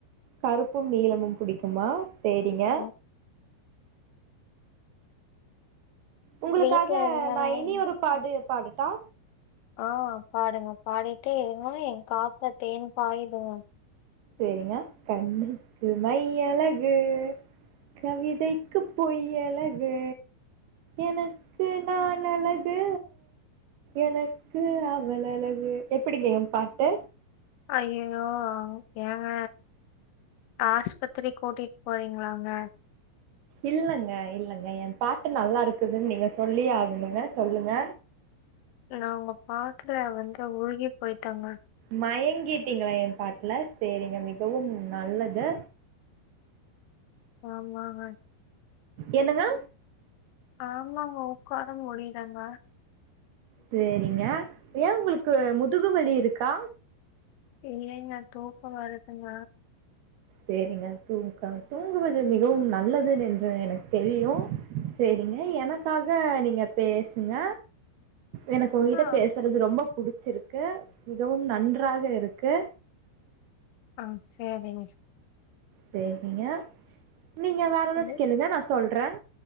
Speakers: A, on the right; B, on the left.
A: கருப்பும் நீளமும் புடிக்குமா சேரிங்க
B: ஆ
A: உங்குளுக்காக
B: வீட்ல எல்லாரும்
A: நா இனி ஒரு பாடு
B: ம்
A: பாடட்டா
B: ஆ பாடுங்க பாடிட்டு இருமா ஏ காத்ல தேன் பாயுதுங்க
A: சேரிங்க கண்ணுக்கு மை அழகு கவிதைக்கு பொய் அழகு எனக்கு நான் அழகு எனக்கு அவள் அழகு எப்புடிங்க ஏ பாட்டு
B: ஐயயோ ஆவு ஏங்க ஆஸ்பத்துரி கூட்டிட் போறீங்ளாங்க
A: இல்லங்க இல்லங்க ஏ பாட்டு நல்லாருக்குதுன் நீங்க சொல்லியே ஆகணுங்க சொல்லுங்க
B: இ உங்க பாட்ல வந்து உருகி போயிட்டங்க
A: மயங்கட்டிங்களா ஏ பாட்ல சேரிங்க மிகவும் நல்லது
B: ஆமாங்க
A: என்னதா
B: ஆமாங்க உக்கார முடிய்லங்க
A: சேரிங்க ஏ உங்களுக்கு முதுகு வலி இருக்கா
B: இல்லைங்க தூக்க வருதுங்க
A: சேரிங்க தூங்கம் தூங்குவது மிகவும் நல்லதுன் என்று எனக் தெரியு சேரிங்க எனக்காக நீங்க பேசுங்க எனக்கு ஒங்கிட்ட
B: ஆ
A: பேசுறது ரொம்ப புடிச்சிருக்கு மிகவும் நன்றாக இருக்கு
B: அ சேரிங்க
A: பேபிங்க நீங்க வேற
B: சொல்லு.
A: எதாச்சு கேளுங்க நா சொல்ற